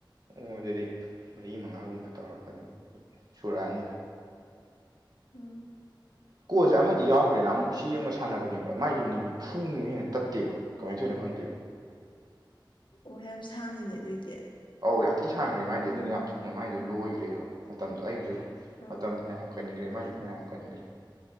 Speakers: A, on the right (about 50°); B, on the left (about 70°).
A: ꯑꯣ ꯑꯗꯨꯗꯤ ꯃꯔꯤ ꯃꯉꯥꯒꯨꯝꯕ ꯇꯧꯔꯒ ꯑꯗꯨꯝ ꯁꯨꯔꯛꯑꯅꯤꯗꯣ
B: ꯎꯝ
A: ꯀꯣꯁꯦ ꯑꯃꯗꯤ ꯌꯥꯎꯗ꯭ꯔꯦꯅ ꯑꯃꯨꯛ ꯁꯤ ꯌꯦꯡꯕ ꯁꯥꯟꯅꯕꯅꯦꯕ ꯃꯥꯥꯏꯗꯤ ꯃꯅꯤꯡꯗꯤ ꯐꯨꯕ ꯍꯦꯟꯅ ꯇꯠꯇꯦꯕ ꯀꯃꯥꯏꯅ ꯇꯣꯏꯅ ꯐꯪꯗꯦꯕ
B: ꯑꯣ ꯌꯥꯝ ꯁꯥꯡꯉꯤꯅꯦ ꯑꯗꯨꯏꯗꯤ
A: ꯑꯧ ꯌꯥꯝ ꯊꯤ ꯁꯥꯡꯈ꯭ꯔꯦ ꯃꯥꯏꯗꯤ ꯑꯗꯨꯅ ꯌꯥꯝ ꯊꯨꯅ ꯃꯥꯏꯗꯣ ꯂꯣꯏꯈ꯭ꯔꯦꯕ ꯃꯇꯝꯗꯣ ꯑꯩꯁꯨ
B: ꯑꯥ
A: ꯃꯇꯝ ꯐꯅꯌꯥꯝ ꯀꯟꯈ꯭ꯔꯦ ꯃꯥꯒꯤ ꯐꯅꯌꯥꯝ ꯀꯟꯈ꯭ꯔꯦ